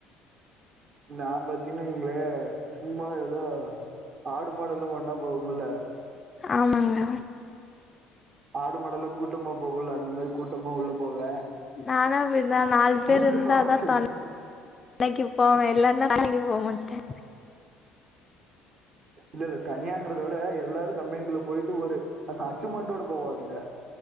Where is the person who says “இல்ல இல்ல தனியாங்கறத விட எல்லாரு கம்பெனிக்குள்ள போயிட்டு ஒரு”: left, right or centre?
Right